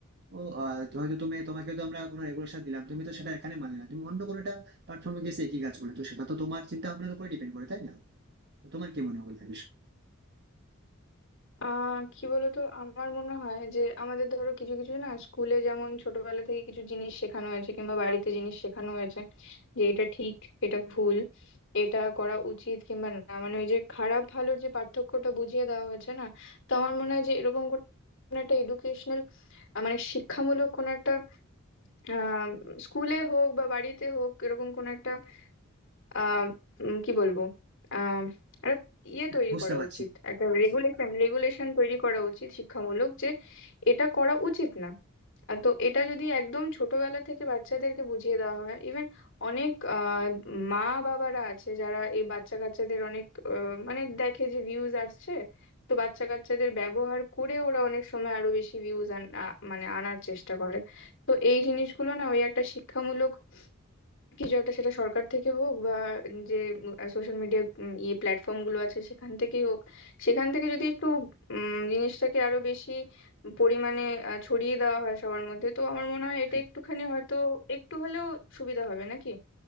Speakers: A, on the right (about 55°); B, on the left (about 60°).
A: ও আহ, হয়তো তুমি তোমাকে তো আমরা কোনো রেগুলেশন দিলাম তুমি তো সেটা এখানে মানলে না তুমি অন্য কোনো একটা প্ল্যাটফর্মে গিয়ে সে একই কাজ করলে তো সেটা তো তোমার চিন্তা ভাবনার উপর ডিপেন্ড করে তাই না তো তোমার কি মনে হয় বলতে বিষয়
B: আহ কি বলতো আমার মনে হয় যে আমাদের ধরো কিছু কিছু না স্কুলে যেমন ছোটবেলা থেকে কিছু জিনিস শেখানো হয়েছে কিংবা বাড়িতে জিনিস শেখানো হয়েছে যে এটা ঠিক এটা ভুল এটা করা উচিত কিংবা না মানে ওই যে খারাপ ভালোর যে পার্থক্যটা বুঝিয়ে দেওয়া হয়েছে না তো আমার মনে হয় যে এরকম কোন একটা এডুকেশনাল মানে শিক্ষামূলক কোন একটা আহ স্কুলে হোক বা বাড়িতে হোক এরকম কোন একটা আহ উম, কি বলবো আহ একটা ইয়ে তৈরি
A: বুঝতে
B: করা
A: পারছি
B: উচিত একটা
A: বুঝতে
B: রেগুলেশন
A: পারছি।
B: রেগুলেশন তৈরি করা উচিত শিক্ষামূলক যে এটা করা উচিত না আহ, তো এটা যদি একদম ছোটবেলা থেকে বাচ্চাদেরকে বুঝিয়ে দেওয়া হয় ইভেন অনেক আহ, মা বাবারা আছে যারা এই বাচ্চা কাচ্চাদের অনেক আহ, মানে দেখে যে ভিউজ আসছে তো বাচ্চা কাচ্চাদের ব্যবহার করে ওরা অনেক সময় আরো বেশি ভিউজ মানে আনার চেষ্টা করে তো এই জিনিসগুলো না ওই একটা শিক্ষামূলক কিছু একটা সেটা সরকার থেকে হোক বা যে সোশ্যাল মিডিয়া ইয়ে প্ল্যাটফর্ম গুলো আছে সেখান থেকেই হোক সেখান থেকে যদি একটু উম, জিনিসটাকে আরো বেশি পরিমাণে আহ, ছড়িয়ে দেওয়া হয় সবার মধ্যে তো আমার মনে হয় এটা
A: হ্যাঁ,
B: একটুখানি হয়তো একটু হলেও সুবিধা হবে নাকি